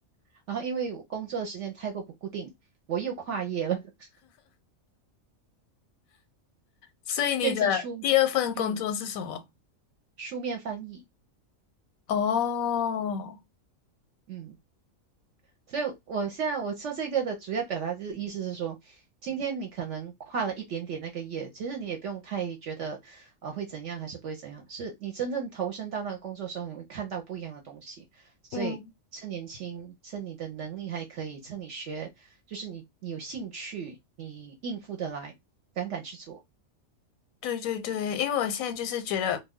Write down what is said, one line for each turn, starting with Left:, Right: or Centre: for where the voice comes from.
Right: 然后因为我工作的时间太过不固定，我又跨业了，<laughs>
Left: 所以你的第二份工作是什么？
Right: 变成书，嗯，书面翻译，
Left: 哦，
Right: 嗯，所以我现在我说这个的主要表达就是意思是说，今天你可能跨了一点点那个业，其实你也不用太觉得呃会怎样还是不会怎样，是你真正投身到那个工作的时候，你会看到不一样的东西。所以趁年轻，
Left: 嗯
Right: 趁你的能力还可以，趁你学，就是你你有兴趣，你应付得来，敢敢去做。
Left: 对对对，因为我现在就是觉得，